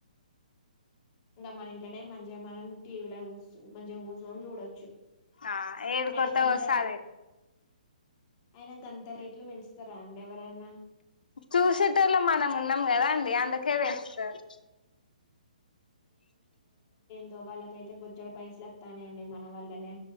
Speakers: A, on the left; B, on the left.
A: ఇంకా మన ఇంట్నే మంచిగా మనం టీవీ లా కొంచం కూర్చొని చూడొచ్చు
B: ఆ ఏడ్కత్తవ్
A: అయిన గంత
B: ఓసారి
A: ఆయన గంత రేట్లు పెంచుతార రండి ఎవరన్న
B: చూసేటొళ్ళం మనం ఉన్నాం కదా అండి అందుకే పెంచుతార్
A: తో వాళ్ళకైతే బొచ్చడు పైసలు వత్తానాయండి మన వల్లనే